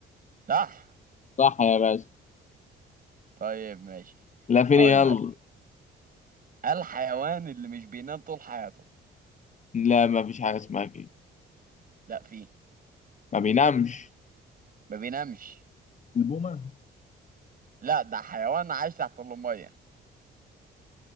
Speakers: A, on the right; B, on the left.
A: صح
B: صح يا باشا
A: طيب ماشي
B: لا فين
A: هقول
B: يلا
A: لك الحيوان اللي مش بينام طول حياته
B: لا ما فيش حاجة اسمها كده
A: لا فيه
B: ما بينامش
A: ما بينامش
B: البومة
A: لا ده حيوان عايش تحت المية